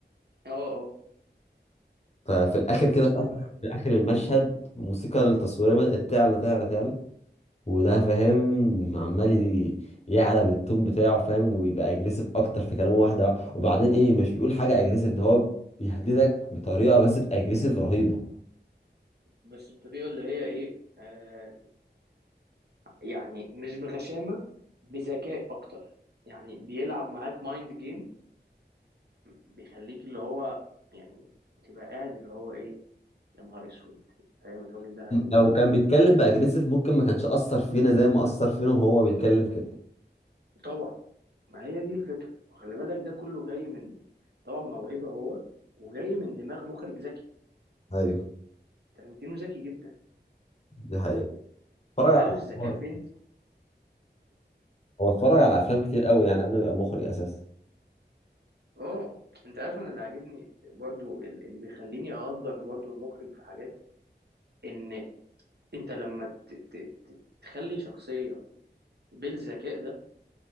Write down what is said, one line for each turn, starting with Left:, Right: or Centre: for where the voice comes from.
Right: اه اه
Left: ففي الاخر كده في
Right: هو
Left: اخر في اخر المشهد الموسيقى التصويريه بدات تعلى تعلى تعلى وده فاهم عمال ي- يعلى بالتون بتاعه فاهم ويبقى اجريسيف اكتر في كلامه واحده وبعدين ايه مش بيقول حاجه اجريسيف ده هو بيهددك بطريقه بس باجريسيف رهيبه
Right: بس الطريقه اللي هي ايه آه يعني مش بغشامه بذكاء اكتر يعني بيلعب معاك مايند جيم بيخليك اللي هو يعني تبقى قاعد اللي هو ايه يا نهار اسود فاهم الراجل ده هي...
Left: لو كان بيتكلم باجريسيف ممكن ما كانش اثر فينا زي ما اثر فينا وهو بيتكلم كده
Right: طبعا ما هي دي الفكره وخلي بالك ده كله جاي من طبعا موهبه هو وجاي من دماغ مخرج ذكي
Left: ايوه
Right: تارنتينو ذكي جدا
Left: دي حقيقة اتفرج
Right: انت
Left: على
Right: عارف الذكاء
Left: هو
Right: فين؟
Left: هو اتفرج على افلام كتير قوي يعني قبل ما يبقى مخرج اساسا
Right: اه انت عارف انا اللي عاجبني برضو ال- اللي بيخليني اقدر برضو المخرج في حاجات ان انت لما ت- ت- ت- تخلي شخصية بالذكاء ده